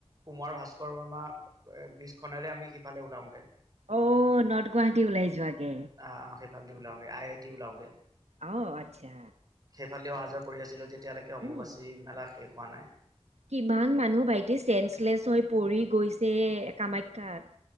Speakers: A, on the right; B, on the right.
A: কুমাৰ ভাস্কৰ বৰ্মা ব্ৰীজখনেৰে আমি সিফালে ওলাওগে
B: আহ নৰ্থ গুৱাহাটী ওলাই যোৱাকে
A: আহ ওলাওঁগে আই আই টি ওলাওঁ গে
B: আহ আচ্ছা
A: ইফালেদি অহা যোৱা কৰি আো যেতিয়ালৈক অম্বুবাচী
B: উম,
A: আছিল বা শেষ হোৱা নাই
B: কিমান মানুহ ভাইটি চেঞ্চলেচ হৈ পৰি গৈছে কামাখ্যাত